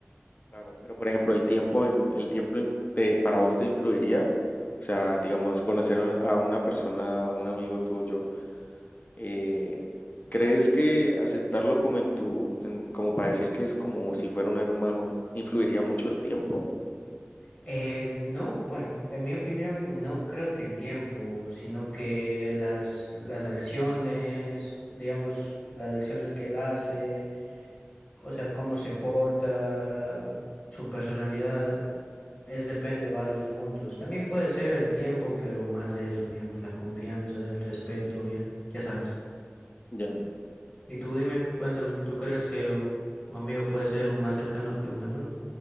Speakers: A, on the left; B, on the left.
A: Claro. Pero por ejemplo, el tiempo, en- el tiempo inf- te- para vos te influiría, o sea, digamos, conocer a a una persona, un amigo tuyo. Eh, ¿crees que aceptarlo como en tu, en- como para decir que es como si fuera un hermano, influiría mucho el tiempo?
B: Eh, no, bueno, en mi opinión no creo que el tiempo, sino que las, las acciones, digamos, las acciones que él hace, o sea, cómo se porta, su personalidad, es depende de varios puntos. También puede ser el tiempo, pero más de eso, digamos, la confianza, el respeto, ya, ya sabes.
A: Ya,
B: Y tú dime, cuéntame, ¿tú crees que un, un amigo puede ser un más cercano que un hermano?